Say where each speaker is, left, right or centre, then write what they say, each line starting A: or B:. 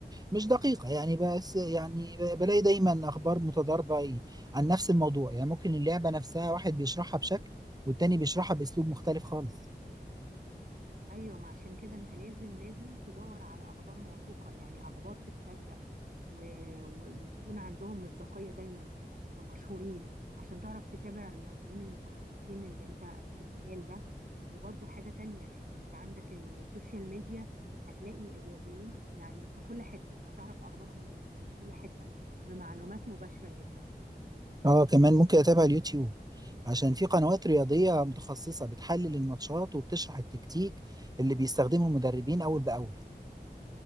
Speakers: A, on the right; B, on the right.
A: مش دقيقه يعني بس يعني بلاقي دايما اخبار متضاربه ي- عن نفس الموضوع يعني ممكن اللعبه نفسها واحد بيشرحها بشكل والتاني بيشرحها باسلوب مختلف خالص
B: ايوه ما عشان كده انت لازم لازم تدور على اخبار موثوقه يعني اخبار تتصدق و... و... ويكون عندهم مصداقيه دايما ومشهورين عشان تعرف تتابع الرياضيين المتخصصين اللي انت في المجال ده وبرضو حاجه تانية انت عندك السوشيال ميديا هتلاقي الرياضيين يعني في كل حته هتعرف اخبارهم من من كل حته بمعلومات مباشره جدا
A: اه كمان ممكن اتابع اليوتيوب عشان في قنوات رياضيه متخصصه بتحلل الماتشات وبتشرح التكتيك اللي بيستخدمه المدربين اول باول